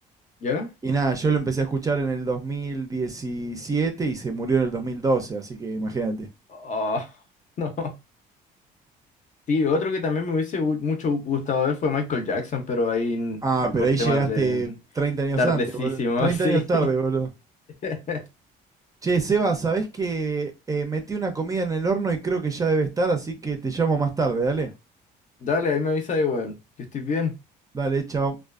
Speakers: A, on the left; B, on the right.
A: ¿Ya?
B: Y nada, yo lo empecé a escuchar en el 2017 y se murió en el 2012, así que imagínate.
A: Ah, <laughs> no. Sí, otro que también me hubiese gu- mucho gustado ver fue Michael Jackson, pero ahí n-
B: Ah, pero
A: por
B: ahí
A: temas
B: llegaste
A: de
B: 30 años
A: tardecísimo,
B: antes, boludo. 30
A: <laughs> sí.
B: años tarde, boludo.
A: <laughs>
B: Che, Seba, ¿sabés que eh, metí una comida en el horno y creo que ya debe estar, así que te llamo más tarde, dale?
A: Dale, ahí me avisa ahí, weón. Que estés bien.
B: Dale, chao.